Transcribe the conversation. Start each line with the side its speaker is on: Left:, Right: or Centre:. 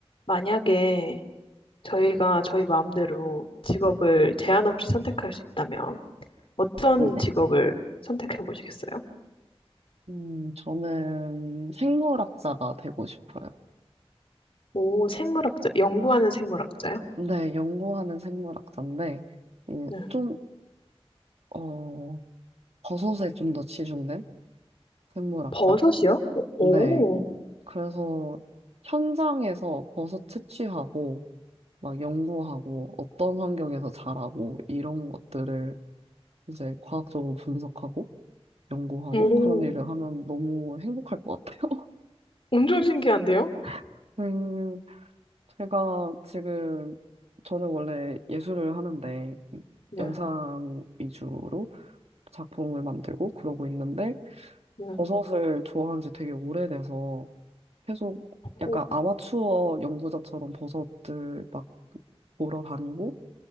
Left: 만약에 저희가 저희 마음대로 직업을 제한 없이 선택할 수 있다면 어떤
Right: 네.
Left: 직업을 선택해 보시겠어요?
Right: 음, 저는 생물학자가 되고 싶어요.
Left: 오, 생물학자, 연구하는 생물학자요?
Right: 네, 연구하는 생물학자인데, 예,
Left: 네.
Right: 좀, 어, 버섯에 좀 더 치중된 생물학자?
Left: 버섯이요? 오,
Right: 네. 그래서 현장에서 버섯 채취하고, 막 연구하고, 어떤 환경에서 자라고, 이런 것들을 이제 과학적으로 분석하고, 연구하고,
Left: 오,
Right: 그런 일을 하면 너무 행복할 것 같아요.
Left: 엄청 신기한데요?
Right: <laughs> 음, 제가 지금 저는 원래 예술을 하는데
Left: 네.
Right: 영상 위주로 작품을 만들고 그러고 있는데
Left: 네.
Right: 버섯을 좋아한 지 되게 오래돼서 계속 약간
Left: 오,
Right: 아마추어 연구자처럼 버섯들 막 보러 다니고